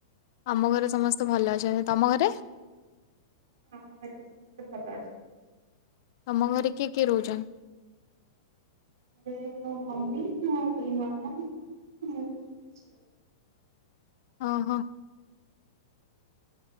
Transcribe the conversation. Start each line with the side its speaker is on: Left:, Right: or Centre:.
Left: ଆମ ଘରେ ସମସ୍ତେ ଭଲ ଅଛନ୍ତି ତମ ଘରେ।
Right: ଆମ ଘରେ ବି ସମସ୍ତେ ଭଲ ଅଛନ୍ତି।
Left: ତମ ଘରେ କିଏ କିଏ ରହୁଚନ୍ତି?
Right: ଏ ମୋ ମମି ମୋ ଦି ନାନା ଭାଉଜ ମୋର୍ ଛୋଟ ଝିଅ।
Left: ଅ ହଁ।